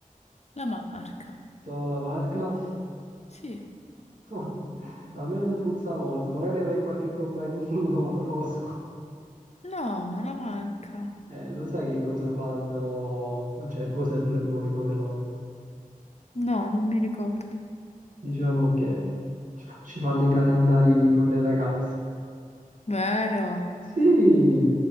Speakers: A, on the left (about 50°); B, on the right (about 70°).
A: La marca,
B: Solo la marca?
A: sì.
B: <laughs> A me puzza molto, magari avevi qualche compagnino <laughs> losco.
A: No, la marca.
B: Eh, lo sai che cosa fanno, cioè cos'è Playboy come loro?
A: No, non mi ricordo.
B: Diciamo che ci fa- ci fanno i calendari con le ragazze.
A: Vero?
B: Sì,